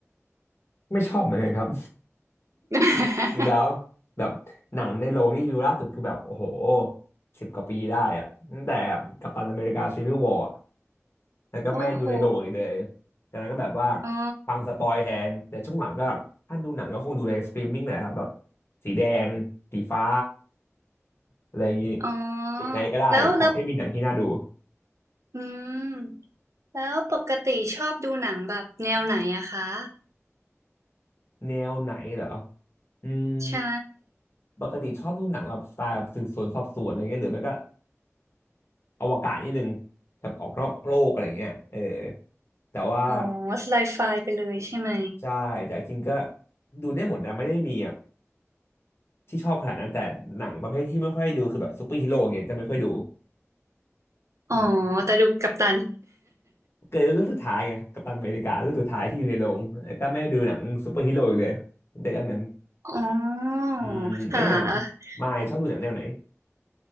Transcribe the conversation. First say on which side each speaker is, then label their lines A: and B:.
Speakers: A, on the left (about 50°); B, on the right (about 70°).
A: ไม่ชอบเหมือนกันครับ
B: <laughs>
A: <laughs> จริงแล้วแบบหนังในโรงนี่ดูล่าสุดคือแบบโอ้โหสิบกว่าปีได้อะตั้งแต่กัปตันอเมริกาซีวิลวอร์ แล้วก็ไม่ดูในโรงอีกเลย
B: โอ้โห
A: จากนั้นก็แบบว่า
B: อ๋อ
A: ฟังสปอยแทน แต่ช่วงหลังก็ถ้าดูหนังก็คงดูในสตรีมมิ่งแหละครับแบบสีแดงสีฟ้าอะไรอย่างนี้
B: อ๋อ
A: สีไหนก็ได้ขอแค่มีหนังที่น่าดู
B: แล้วแล้วอืมแล้วปกติชอบดูหนังแบบแนวไหนอะคะ
A: แนวไหนเหรอ อืม
B: ใช่
A: ปกติชอบดูหนังแบบสไตล์แบบสืบสวนสอบสวนอะไรเงี้ยหรือไม่ก็อวกาศนิดนึงแบบออกนอกโลกอะไรเงี้ยเออแต่ว่า
B: อ๋อสไลด์ไฟล์ไปเลยใช่ไหม
A: ใช่แต่จริงๆก็ดูได้หมดนะไม่ได้มี ที่ชอบขนาดนั้นแต่หนังประเภทที่ไม่ค่อยดูคือแบบซูเปอร์ฮีโร่เงี้ยจะไม่ค่อยดู
B: อ๋อแต่ดูกัปตัน
A: อืมเกิดเรื่องสุดท้ายไงกัปตันอเมริกาเรื่องสุดท้ายที่อยู่ในโรงแล้วก็ไม่ได้ดูหนังซูเปอร์ฮีโร่อีกเลยตั้งแต่เรื่องนั้น
B: อ๋อ
A: อืมแล้วอย่าง
B: ค่ะ
A: มายชอบดูหนังแนวไหน